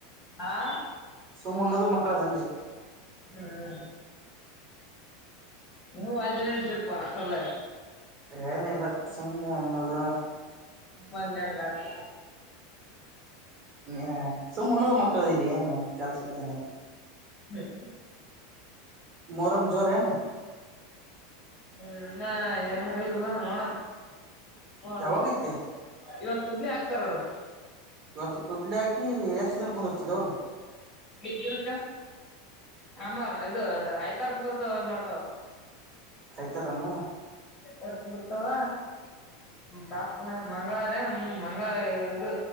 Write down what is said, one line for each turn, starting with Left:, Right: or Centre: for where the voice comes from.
Left: ಆಾ
Right: ಸುಮ್ ಉಣ್ಣೋದು ಮಕ್ಕಳ ಅಂದೆ
Left: ಹ್ಮ್ ನೀವು ಅಜ ಪಷ್ಟಲ್ಲ
Right: ಏನಿಲ್ಲ ಸುಮ್ಮ ಅನ್ನೋದು
Left: ಹಮ್ಮಂಗಂಗತ್
Right: ಹ ಸುಮ್ಮ್ಣದ ಮಕ್ಕಳದ ಇಲ್ಲಿ ಏನು ಕೆಲ್ಸ ಇಲ್ಲ ಏನಿಲ್ಲ
Left: ಹ್ಮ್
Right: ಮೂರಮ್ ಜೋರ್ ಏನು
Left: ಹ್ಮ್ ಏನಿಲ್ಲ ನೋಡೋಣ ನೋ
Right: ಯಾವಾಗೈತೆ
Left: ಇವತ್ತು ಉದ್ಲಿ ಹಾಕ್ತಾರೋಡು
Right: ಇವತ್ತು ಕೂದಲಾಕಿ ಎಷ್ಟ ದಿನ ಕುಂದಿರ್ತದ ಅವರು
Left: ಬಿದ್ದಿನಕ್ಕ ಆಮ ಇದು ಆಯ್ತ ತರ್ಕ ಮುರ್ತಾವ ಮಾಡ್ತಾವ
Right: ಆಯ್ತಾರ್ಣ
Left: ಯರ್ಕ್ಬಿರ್ತಾವ ದಾಪನ ಮಂಗಳವಾರ ಹ್ ಮಂಗಳವಾರ ಇದು